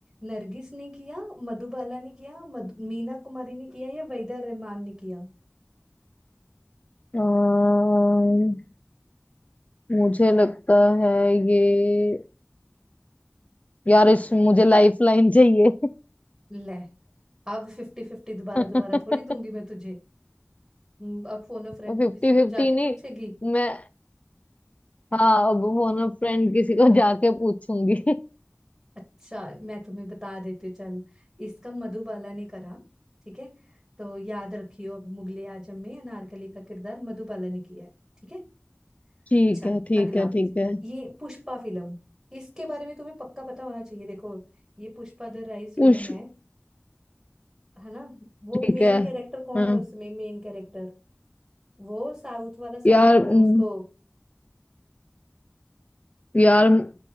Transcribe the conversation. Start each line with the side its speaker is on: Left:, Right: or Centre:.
Right: नरगिस ने किया मधुबाला ने किया मधु, मीना कुमारी ने किया या वहीदा रहमान ने किया
Left: अम्म, मुझे लगता है ये यार इस मुझे लाइफ लाइन चाहिए
Right: ले अब फिफ्टी फिफ्टी दोबारा
Left: <laughs>
Right: दोबारा थोड़ी दूंगी
Left: फिफ्टी
Right: मैं तुझे हम्म, अब फोन अ फ्रेंड
Left: फिफ्टी
Right: तो किसी को जाके
Left: नहीं
Right: पूछेगी
Left: मैं हाँ अब फोन अ फ्रेंड किसी को जाके पूछूंगी <laughs>
Right: अच्छा मैं तुम्हें बता देती हूँ चल इसका मधुबाला ने करा ठीक है तो याद रखियो अब मुगले आजम में अनारकली का किरदार मधुबाला ने किया है ठीक है
Left: ठीक
Right: अच्छा
Left: है ठीक
Right: अगला
Left: है ठीक है
Right: ये पुष्पा फिल्म इसके बारे में तुम्हें पक्का पता होना चाहिए देखो ये पुष्पा द राइज फिल्म
Left: पूछ
Right: है है ना वो
Left: ठीक
Right: मेन
Left: है
Right: कैरेक्टर कौन
Left: हाँ
Right: है उसमें मेन कैरेक्टर वो साउथ वाला
Left: यार
Right: सब जानते
Left: उम,
Right: हैं उसको
Left: यार म,